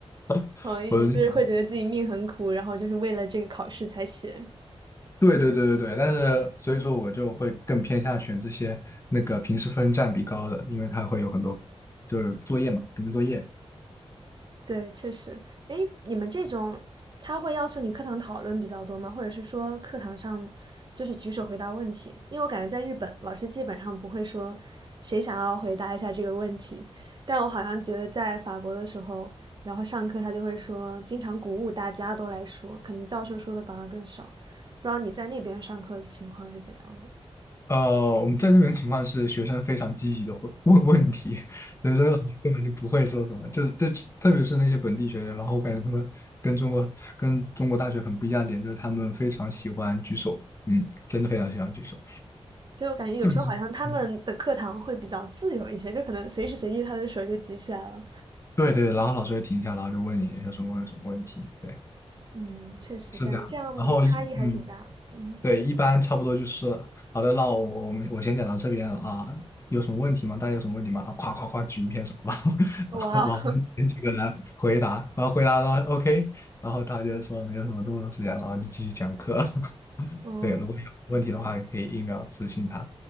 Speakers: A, on the left; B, on the right.
A: <laughs>
B: 同意，就是会觉得自己命很苦，然后就是为了这个考试才学。
A: 对对对对对，但是所以说我就会更偏向选这些那个平时分占比高的，因为它会有很多就是作业嘛，平时作业。
B: 对，确实。哎，你们这种，他会要求你课堂讨论比较多吗？或者是说课堂上就是举手回答问题？因为我感觉在日本，老师基本上不会说谁想要回答一下这个问题，但我好像觉得在法国的时候，然后上课他就会说，经常鼓舞大家都来说，可能教授说的反而更少。不知道你在那边上课的情况是怎样的？
A: 呃，我们在这边情况是学生非常积极的会问 <laughs> 问题，有的老师根本就不会说什么，就是对，特别是那些本地学生，然后我感觉他们跟中国跟中国大学很不一样的点，就是他们非常喜欢举手，嗯，真的非常喜欢举手，
B: 对，我感觉有时候好像他们的课堂会比较自由一些，
A: 特别是嗯，
B: 就可能随时随地他的手就举起来了。
A: 对对，然后老师会停下，然后就问你有什么问什么问题，对，
B: 嗯，确实感觉这样差异还挺大。
A: 是这样。的，然后一嗯，
B: 嗯，
A: 对，一般差不多就是好的，那我我们我先讲到这边了啊，有什么问题吗？大家有什么问题吗？啊，夸夸夸举一片手，然后 <laughs>
B: 哇
A: 然后老师点几个人回答，然后回答到 OK，然后他就说没有什么动作时间，然后就继续讲课了 <laughs>
B: 哦，<laughs> 哦，
A: 对，如果有问题的话，可以一秒私信他，